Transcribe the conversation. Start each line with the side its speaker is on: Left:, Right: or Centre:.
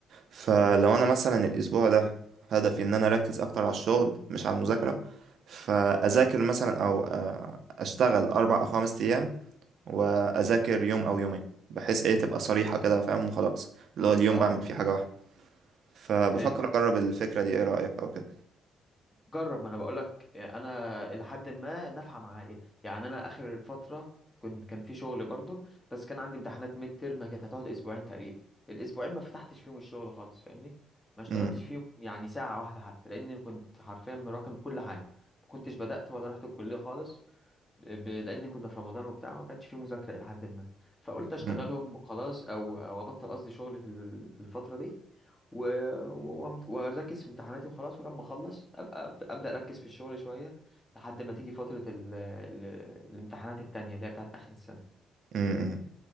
Right: فلو
Left: مم.
Right: انا مثلا الاسبوع ده هدفي ان انا اركز اكتر على الشغل مش على المذاكره فاذاكر مثلا او آه اشتغل اربع او خمس ايام واذاكر يوم او يومين بحيث ايه تبقى صريحه كده فاهم وخلاص اللي هو اليوم
Left: اه
Right: بعمل فيه حاجه واحده فبفكر
Left: حلو
Right: اجرب الفكره دي ايه رايك او كده
Left: جرب ما انا بقول لك انا الى حد ما نافعه معايا يعني انا اخر فتره كنت كان في شغل برضو بس كان عندي امتحانات ميد ترم كانت هتقعد اسبوعين تقريبا الاسبوعين ما فتحتش فيهم الشغل خالص فاهمني ما اشتغلتش
Right: م-
Left: فيهم يعني ساعه واحده حتى لان كنت حرفيا مراكم كل حاجه ما كنتش بدات ولا رحت الكليه خالص ب... لان كنا في رمضان وبتاع ما كانش فيه مذاكره الى حد ما فقلت اشتغلهم
Right: م-
Left: وخلاص او او ابطل قصدي شغل في ال- في الفتره دي و... وأم- واركز في امتحاناتي وخلاص ولما اخلص ابقى ابدا أبدأ اركز في الشغل شويه لحد ما تيجي فتره ال... ال... الامتحانات التانية اللي هي بتاعت اخر السنه
Right: م- م.